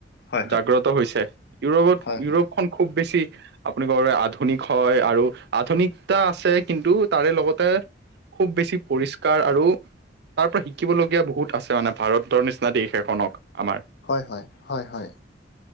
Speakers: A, on the left; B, on the right.
A: হয় হয়
B: জাগ্ৰত হৈছে ইউৰোপত
A: হয় হয়
B: ইউৰোপ খ খুব বেছি বেছি আপুনি ক আধুনিক হয় আৰু আধুনিক টা আছে কিন্তু তাৰে লগতে খুব বেছি পৰিষ্কাৰ আৰু তাৰ পৰা শিকিবলগীয়া বহুত আছে মানে ভাৰতৰ নিচিনা দেশ এখনক আমাৰ
A: হয় হয় হয় হয়